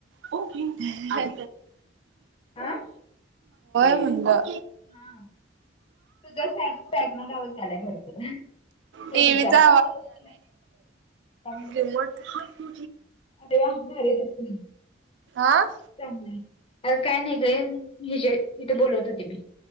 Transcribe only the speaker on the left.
हा
हां. तुझा <unintelligible> झालाय भरपूर ते
विचार. <unintelligible>
अरे वा! भारी दिसतय.
चांगलंय. अग काय नाही न ते ह जे तिथे बोलवत होते मी.